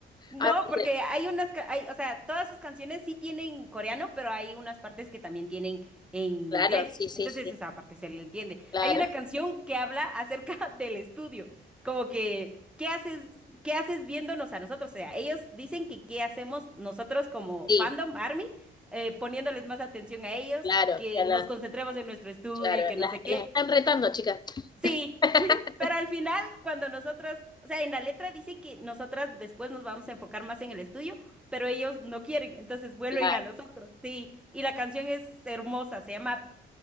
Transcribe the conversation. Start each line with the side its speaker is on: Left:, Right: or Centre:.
Centre: No,
Left: Ah, me
Centre: porque
Left: dice,
Centre: hay unas, ca- hay, o sea, todas sus canciones sí tienen coreano, pero hay unas partes que también tienen en
Left: claro,
Centre: inglés.
Left: sí, sí,
Centre: Entonces
Left: sí,
Centre: esa parte se le entiende.
Left: claro,
Centre: Hay una canción que habla acerca <laughs> del estudio, como que, ¿qué haces, qué haces viéndonos a nosotros? O sea, ellos dicen que qué hacemos nosotros como
Left: sí,
Centre: fandom, ARMY, eh, poniéndoles más atención a ellos,
Left: claro,
Centre: que
Left: claro,
Centre: nos concentremos en nuestro estudio
Left: claro.
Centre: y que
Left: Las,
Centre: no sé qué.
Left: las están retando, chicas.
Centre: Sí,
Left: <laughs>
Centre: <laughs> pero al final, cuando nosotras, o sea, en la letra dice que nosotras después nos vamos a enfocar más en el estudio, pero ellos no quieren, entonces vuelven
Left: Claro,
Centre: a nosotros, sí. Y la canción es hermosa, se llama